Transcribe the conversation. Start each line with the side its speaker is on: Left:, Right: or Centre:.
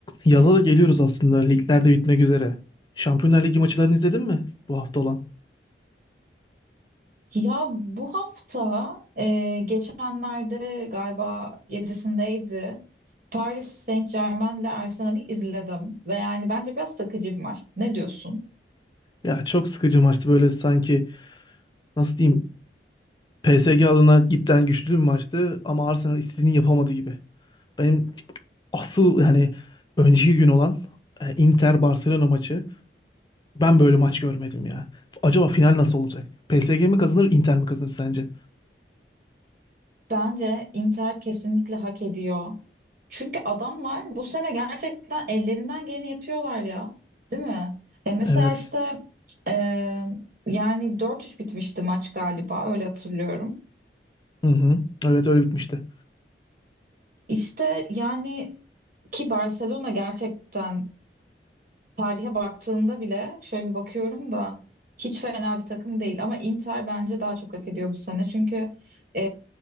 Left: Yaza da geliyoruz aslında. Ligler de bitmek üzere. Şampiyonlar Ligi maçlarını izledin mi bu hafta olan?
Right: Ya bu hafta e, geçenlerde galiba yedisindeydi Paris Saint-Germain'le Arsenal'i izledim ve yani bence biraz sıkıcı bir maç. Ne diyorsun?
Left: Ya çok sıkıcı maçtı böyle sanki nasıl diyeyim PSG adına cidden güçlü bir maçtı ama Arsenal istediğini yapamadı gibi. Benim asıl yani önceki gün olan e, Inter Barcelona maçı ben böyle maç görmedim ya. Acaba final nasıl olacak? PSG mi kazanır, Inter mi kazanır sence?
Right: Bence Inter kesinlikle hak ediyor. Çünkü adamlar bu sene gerçekten ellerinden geleni yapıyorlar ya. Değil mi? Ya mesela
Left: Evet.
Right: işte e, yani dört üç bitmişti maç galiba öyle hatırlıyorum.
Left: Hı hı. Evet öyle bitmişti.
Right: İşte yani ki Barcelona gerçekten tarihe baktığında bile şöyle bir bakıyorum da hiç fena bir takım değil ama Inter bence daha çok hak ediyor bu sene. Çünkü e,